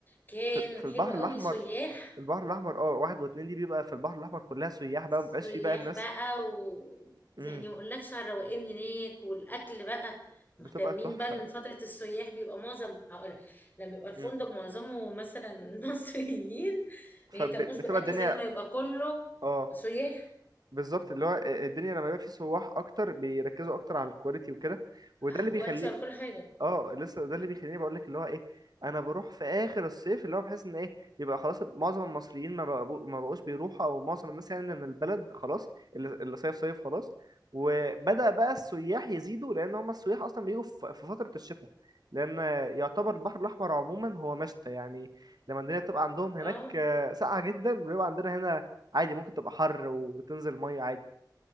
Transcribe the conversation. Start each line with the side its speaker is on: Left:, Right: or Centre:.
Left: كان
Right: في... في البحر
Left: حلو قوي
Right: الاحمر
Left: سياح
Right: البحر الاحمر اه واحد واتنين دي بيبقى في البحر الاحمر كلها سياح بقى
Left: سياح
Right: مبقاش فيه بقى الناس
Left: بقى و
Right: إمم.
Left: يعني ما اقولكش على الروقان هناك والاكل بقى مهتمين
Right: بتبقى تحفة
Left: بقى ان فترة السياح بيبقى معظم هقول لما يبقى الفندق
Right: مم.
Left: معظمه مثلا <laughs> مصريين
Right: فبتبقى
Left: ما يهتموش بالاكل
Right: الدنيا
Left: زي ما يبقى كله
Right: اه
Left: سياح
Right: بالظبط اللي هو الدنيا لما يبقى فيه سواح اكتر بيركزوا اكتر على الكواليتي وكده وده
Left: على
Right: اللي
Left: الكواليتي
Right: بيخليه
Left: وعلى كل حاجة
Right: اه لسه ده اللي بيخليني بقول لك اللي هو ايه انا بروح في اخر الصيف اللي هو بحس ان ايه يبقى خلاص معظم المصريين ما بقبو ما بقوش بيروحوا او معظم الناس يعني من البلد خلاص اللي اللي صيف صيف خلاص وبدأ بقى السياح يزيدوا لان هم السياح اصلا بيجوا في في فترة الشتاء لان يعتبر البحر الاحمر عموما هو مشتى يعني لما الدنيا بتبقى عندهم هناك
Left: اه
Right: آه، ساقعة جدا بيبقى عندنا هنا عادي ممكن تبقى حر وتنزل مية عادي